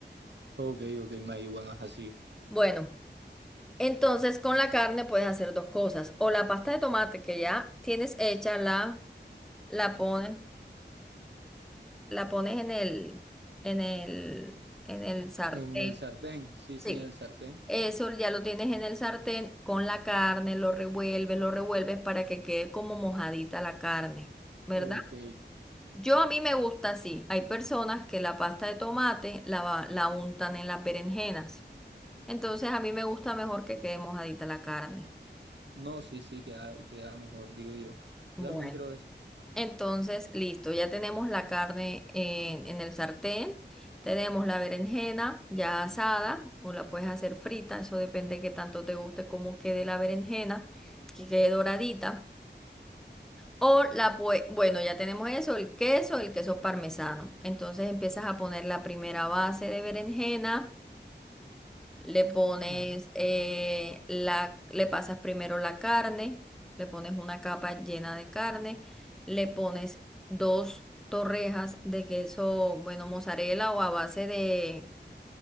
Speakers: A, on the right; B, in the centre.
A: Ok, ok, mayuganas así.
B: Bueno. Entonces, con la carne puedes hacer dos cosas. O la pasta de tomate que ya tienes hecha, la, la pones, la pones en el, en el, en el sartén.
A: En el sartén, sí,
B: Sí.
A: sí, en el sartén.
B: Eso ya lo tienes en el sartén con la carne, lo revuelves, lo revuelves para que quede como mojadita la carne, ¿verdad?
A: Ok.
B: Yo a mí me gusta así. Hay personas que la pasta de tomate la, va- la untan en las berenjenas. Entonces a mí me gusta mejor que quede mojadita la carne.
A: No, sí, sí, queda, queda mejor, digo yo.
B: Bueno.
A: Yo también creo eso.
B: Entonces, listo, ya tenemos la carne en, en el sartén, tenemos la berenjena ya asada o la puedes hacer frita, eso depende de qué tanto te guste cómo quede la berenjena, que quede doradita. O la puedes, bueno, ya tenemos eso, el queso, el queso parmesano. Entonces empiezas a poner la primera base de berenjena. Le pones,
A: Ujú.
B: eh, la, le pasas primero la carne, le pones una capa llena de carne, le pones dos torrejas de queso, bueno, mozzarella o a base de,